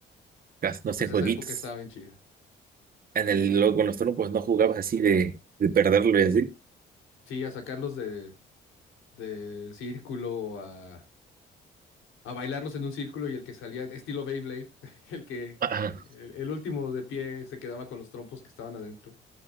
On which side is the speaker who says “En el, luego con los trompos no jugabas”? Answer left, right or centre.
Right